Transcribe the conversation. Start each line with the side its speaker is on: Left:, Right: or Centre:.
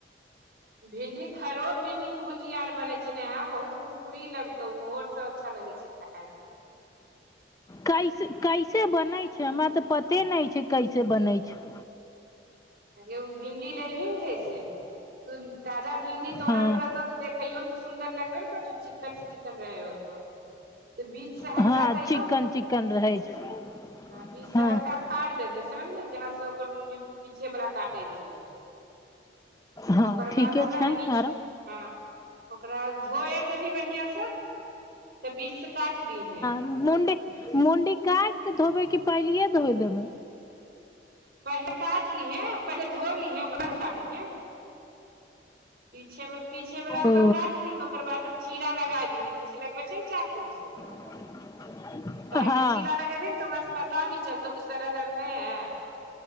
Right: भिंडी खरो भिंडी के भुंजिया आर बनै छै नेहा बहुत कुरकुरी लगतौ ऊहो आर सँ अच्छा लगै छै छै खायमे
Left: कैसे कैसे बनै छै हमरा तऽ पते नहि छै कैसे बनै छै
Right: अगे ओ भिन्डी लैभी नऽ जैसे तू ताजा भिंडी तोड़ल
Left: हँ
Right: कऽ रहतौ तऽ देखयो मे तऽ सु सुन्दर लगबे न करतौ चिकन चिकन रहै होतौ तऽ बीच से हल्का
Left: हँ
Right: तैयो
Left: चिकन चिकन रहै छै
Right: हं बीच से
Left: हँ
Right: हल्का फाड़ि देबही समझली जहां से ओकर मुंडी पीछे बला काटै छै
Left: हँ
Right: ओकर
Left: ठीके
Right: बाद ओकरा
Left: छै
Right: ने नीच
Left: आरो
Right: हँ ओकरा धोइ आर देबही बढ़ियाँसँ तऽ बीचसँ काटि दिहैं
Left: मुंडी मुंडी काटि के धोबै कि पहिलिये धोय देबै
Right: पहिले काटि लिहैं पहिले धोय लिहैं ओकरा बाद काटिहैं पीछे पीछे वला ओकर
Left: ओ
Right: काटि दिहीं ओकर बाद चीरा लगाय दिहीं जैसे लगबे छै ने चाकु सँ
Left: <inaudible>
Right: काहेकि
Left: हँ
Right: चीरा लगैबही ने तऽ ओकरा सँ पता भी चलतौ कि सड़ल आर नहि हय